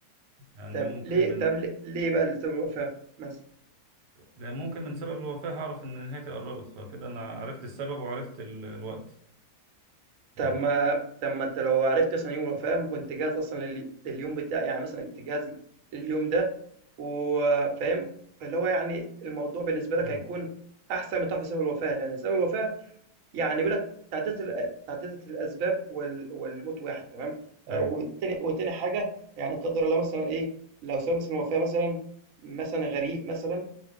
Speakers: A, on the right; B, on the right.
A: يعني
B: طب
A: ممكن
B: ليه
A: من
B: طب ليه ليه بقى لسبب الوفاة مثلًا؟
A: لأن ممكن من سبب الوفاة هعرف إن نهايتي قربت فكده أنا عرفت السبب وعرفت ال- الوقت
B: طب
A: يعني
B: ما طب ما أنت لو عرفت مثلًا يوم الوفاة ما كنت جاهز أصلًا لل لليوم بتاع يعني مثلًا أنت جاهز لليوم ده وفاهم، اللي هو يعني الموضوع بالنسبة لك
A: مم.
B: هيكون أحسن من تعرف سبب الوفاة، لأن سبب الوفاة يعني بيقول لك تعددت ال تعددة الأسباب وال والموت واحد تمام، آآ
A: أي
B: وتاني وتاني حاجة يعني لا قدر الله مثلًا إيه، لو سبب مثلًا الوفاة مثلًا مثلًا غريق مثلًا